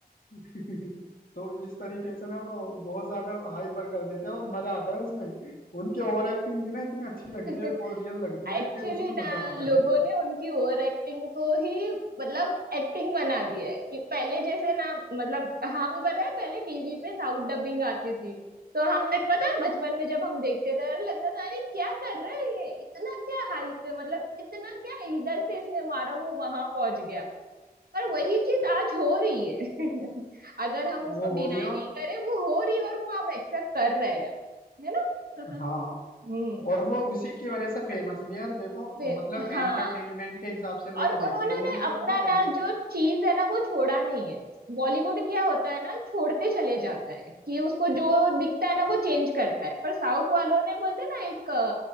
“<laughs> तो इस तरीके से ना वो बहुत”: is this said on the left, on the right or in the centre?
Left